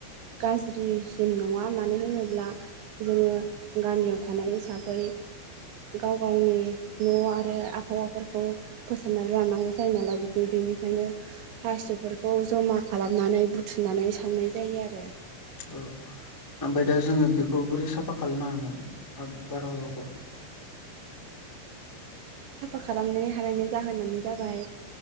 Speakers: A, on the right; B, in the centre.
A: गाज्रिसिन नङा मानो होनोब्ला जोङो गामियाव थानाय हिसाबै गाव गावनि न' आरो आबहावाफोरखौ फोसाबनानै लानांगौ जायो नालाय बिदि बि बिनिखायनो प्लास्टिकफोरखौ जमा खालामनानै बुथुमनानै सावनाय जायो आरो।
B: औ ओमफाय दा जोङो बेखौ बोरै साफा खालामनो हागोन? आब बारहावाखौ?
A: साफा खालामनो हानायनि जाहोनानो जाबाय